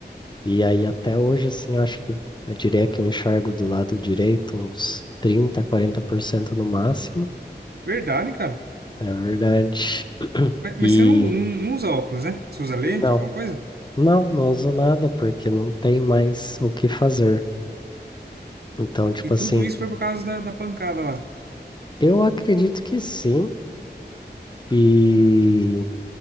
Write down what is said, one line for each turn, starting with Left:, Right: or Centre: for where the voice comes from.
Left: E aí, até hoje, assim, eu acho que eu diria que eu enxergo do lado direito uns trinta quarenta por cento no máximo,
Right: Verdade, cara.
Left: é verdade.
Right: Mas,
Left: E
Right: mas você não, não, não usa óculos, né? Você usa lente,
Left: não,
Right: alguma coisa?
Left: não, não uso nada porque não tem mais o que fazer. Então, tipo
Right: E tudo
Left: assim.
Right: isso foi por causa da, da pancada lá.
Left: Eu acredito que sim. E,